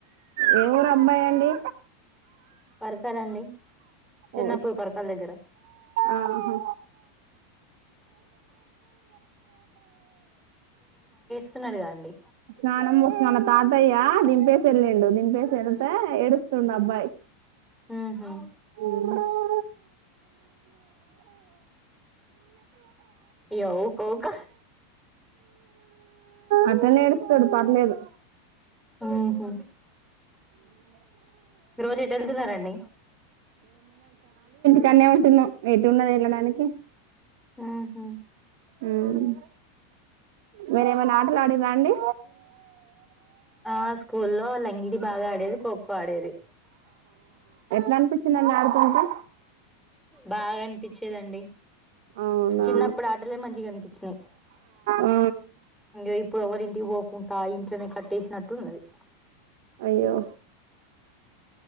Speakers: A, on the right; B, in the centre.
A: ఏ ఊరు అమ్మయండి.
B: పరకాలండి చిన్నపూర్
A: ఓష్
B: పరకాల్ దగ్గర
A: ఆహా
B: స్తున్నాడుగా అండి
A: స్నానం పోష్న వల్ల తాతయ్య దింపేశ్ ఎల్లిండు, దింపేశ్ ఎల్తే ఏడుస్ స్తుండబ్బాయి
B: ఉహు
A: ఉహ్
B: ఇగ ఊక ఊక
A: అట్లనే ఏడుస్తాడు పర్లేదు
B: ఉహ్ హు రోజేటేళ్తున్నారంండి?
A: కాన్నే ఉంటున్నాం ఎటున్నది ఎళ్ళడానికి
B: ఆహ
A: ఉమ్ మీరేమైనా ఆటలు ఆడిరాండి.
B: ఆ స్కూల్లో లంగిడి బాగా ఆడేది, ఖోఖో ఆడేది.
A: ననిపించి నన్న ఆడుకుంటా
B: బాగా అనిపించేదండి.
A: అవునా
B: చిన్నప్పుడు ఆటలే మంచిగా అనిపించినాయి.
A: ఆ
B: ఇంగా ఇప్పుడు ఎవల్ ఇంటికి పోకుండా ఇంట్లోనే కట్టేసినట్టున్నది.
A: అయ్యో